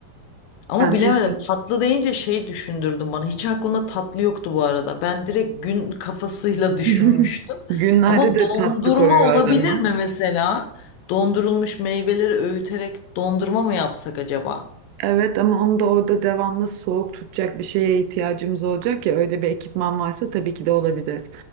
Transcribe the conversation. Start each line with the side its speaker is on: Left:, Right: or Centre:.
Left: Ama
Right: bence
Left: bilemedim
Right: öyle.
Left: tatlı deyince şey düşündürdün bana. Hiç aklımda tatlı yoktu bu arada. Ben direkt gün kafasıyla <laughs> düşünmüştüm.
Right: <laughs> Günlerde
Left: Ama
Right: de
Left: dondurma
Right: tatlı koyuyor
Left: olabilir
Right: adama.
Left: mi mesela? Dondurulmuş meyveleri öğüterek dondurma mı yapsak acaba?
Right: Evet ama onu da orada devamlı soğuk tutacak bir şeye ihtiyacımız olacak ya öyle bir ekipman varsa tabii ki de olabilir.